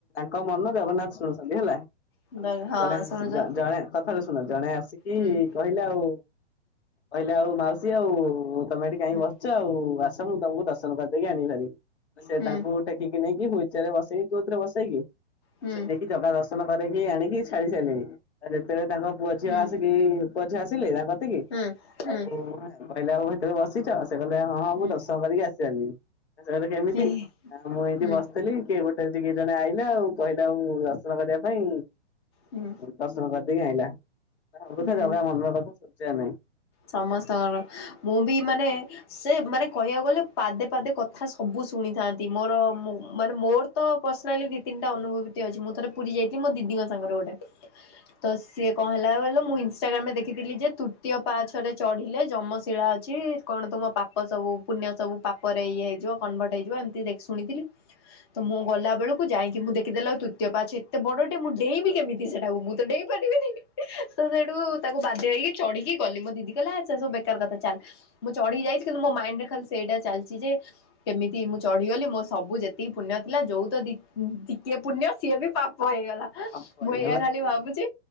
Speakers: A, on the left; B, on the left.
A: ତାଙ୍କ ମନ ଜଗନ୍ନାଥ ଶୁଣୁଛନ୍ତି ହେଲା
B: ହଁ
A: ଆମେ ଜଣେ
B: ଶୁଣୁଛନ୍ତି
A: ଜଣେ କଥାଟା ଶୁଣ ଜଣେ ଆସିକି
B: ହୁଁ
A: କହିଲା ଆଉ କହିଲେ ଆଉ ମାଉସୀ ଆଉ ତମେ ଏଠି କାଇଁକି
B: ହୁଁ
A: ବସିଛ ଆଉ ଆସ ମୁଁ ତମକୁ ଦର୍ଶନ କରିଦେଇକି ଆଣିପାରିବି ସେ
B: ହୁଁ
A: ତାଙ୍କୁ ଟେକିକି ନେଇକି ହଇଚରେ ବସେଇକି ତୁଉଥରେ ବସେଇକି ଆ
B: ହୁଁ
A: ସେ ନେଇକି ଜଗା ଦର୍ଶନ କରିକି ଆଣିକି ଛାଡି ସାରିଲେଣି ଆଉ ଯେତେବେଳେ ତାଙ୍କ ପୁଅ ଝିଅ
B: ହୁଁ
A: ଆସିକି ପଛେ ଆସିଲେ ତା କତିକି
B: ହୁଁ ହୁଁ
A: ଆଉ କହିଲେ ଆଉ ଭିତରେ ବସିଛ ସେ କହ ଆ ହଁ ହଁ
B: ହୁଁ
A: ମୁଁ ଦଶମ କରିକି ଆସିି ସାରିଲିଣି ସେ କହିଲେ କେମିତି
B: ହୁଁ
A: ମୁଁ ଏମତି
B: ହୁଁ
A: ବସି ଥିଲ କିଏ ଗୋଟେ କିଏ ଜଣେ ଆଇଲା ଆଉ କହିଲା ଆଉ ଦର୍ଶନ କରିବା ପାଇଁ
B: ହୁଁ
A: ଦର୍ଶନ କରିଦେଇକି ଆଇଲା। ତା କଥା
B: ହୁଁ
A: ଜଗା ମନର କଥା ଶୁଣୁଚି ନା ନାହିଁ।
B: ସମସ୍ତଙ୍କର, ମୁଁ ବି ମାନେ ସେ ମାନେ କହିବାକୁ ଗଲେ ପାଦେ ପାଦେ କଥା ସବୁ ଶୁଣିଥାନ୍ତି। ମୋର ମୋ ମାନେ ମୋର ତ ପର୍ସନାଲି ଦି ତିନିଟା ଅନୁଭୂତି ଅଛି। ମୁଁ ଥରେ ପୁରୀ ଯାଇଥିଲି ମୋ ଦିଦିଙ୍କ ସାଙ୍ଗରେ ଗୋଟେ। ତ ସିଏ କଣ ହେଲା କହିଲୁ ମୁଁ ଇନଷ୍ଟାଗ୍ରାମ୍ ରେ ଦେଖିଥିଲି ଯେ ତୁ ପାଛରେ ଚଢିଲେ ଯମଶିଳା ଅଛି। କଣ ତୁମ ପାପ ସବୁ ପୁଣ୍ୟ ସବୁ ପାପରେ ଇଏ ହେଇଯିବ। କନଭର୍ଟ ହେଇଯିବ ଏମତି ଦେଖ୍ ଶୁଣିଥିଲି। ତ ମୁଁ ଗଲା ବେଳକୁ ଯାଇକି ମୁଁ ଦେଖି ଦେଲା ବେଳ କୁ ତୃତୀୟ ପାହାଚ ଏତେ ବଡଟେ ମୁଁ ଡେଇଁବି କେମିତି ସେଟାକୁ ମୁଁ ମୁଁ ତ ଡେଇଁ ପାରିବିନି। ତ ସେଠୁ ତାକୁ ବାଧ୍ୟ ହେଇକି ଚଢିକି ଗଲି ମୋ ଦିଦି କହିଲା ସେ ସବୁ ବେକାର କଥା ଚାଲ୍। ମୁଁ ଚଢି ଯାଇଚି କିନ୍ତୁ ମୋ ମାଇଣ୍ଡ ରେ ଖାଲି ସେଇଟା ଚାଲିଛି ଯେ କେମିତି ମୁଁ ଚଢିଗଲି ମୋ ସବୁ ଯେତିକି ପୁଣ୍ୟ ଥିଲା ଯୋଉ ତ ଦି ଟିକିଏ ପୁଣ୍ୟ ସିଏ ବି ପାପ ହେଇଗଲା।
A: ପାପ
B: ମୁଁ
A: ହେଇଗଲା
B: ଏଇଆ ଖାଲି ଭାବୁଚି।